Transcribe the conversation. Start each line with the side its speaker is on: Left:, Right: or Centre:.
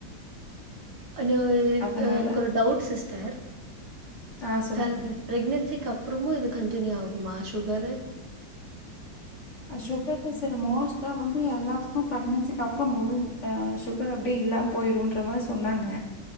Right: ஒன்னு
Left: அதனால
Right: அ எனக்கொரு டவ்ட் சிஸ்டர்
Left: ஆ சொல்லுங்க
Right: கன் பிரெக்னெசிக்கப் அப்புறமு இது கண்டினியூ ஆகுமா சுகரு
Left: அ சுகர்ல சில மோஸ்ட்டா வந்து எல்லாத்துக்கு ப்ரெக்னென்சிக்கு அப்புற முடிஞ் அ சுகர் அப்டி இல்லாம் போயிடுன்ற மாரி சொன்னாங்க